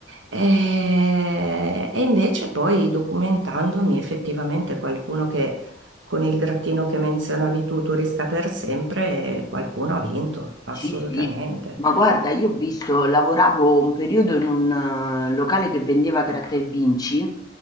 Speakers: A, on the right; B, on the left.
A: E, e invece poi documentandomi effettivamente qualcuno che con il grattino che menzionavi tu, turista per sempre, qualcuno ha vinto, assolutamente.
B: Sì, sì, ma guarda, io ho visto, lavoravo un periodo in un eh, locale che vendeva gratta e vinci